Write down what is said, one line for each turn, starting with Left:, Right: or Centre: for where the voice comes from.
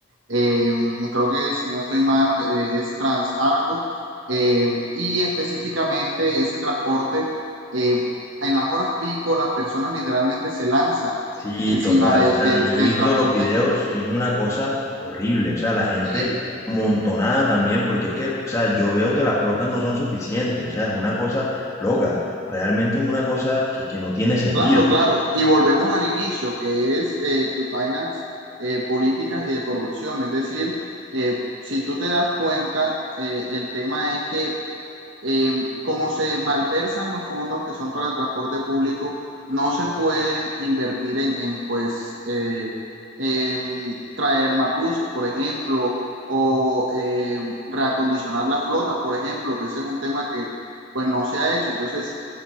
Right: eh, creo que si no estoy mal, eh, es Transalgo. eh, y específicamente ese transporte, eh, en las horas pico, las personas literalmente se lanzan
Left: Sí,
Right: encima
Left: total,
Right: de-
Left: o sea,
Right: de-
Left: yo
Right: del
Left: he visto
Right: transporte
Left: los videos
Right: público.
Left: y es una cosa horrible, o sea, la gente
Right: Sí,
Left: amontonada también, porque es que, o sea, yo veo que las flotas no son suficientes, o sea, es una cosa loca, realmente es una cosa que, que no tiene sentido.
Right: Claro, claro. Y volvemos al inicio, que es eh, vainas eh, políticas y de corrupción. Es decir, eh, si tú te das cuenta, eh, el tema es que eh, como se malversan los fondos que son para el transporte público, no se pueden invertir en, en, pues, eh, em, traer más buses, por ejemplo, o eh, reacondicionar la flota, por ejemplo, que ese es un tema que pues no se ha hecho. Entonces,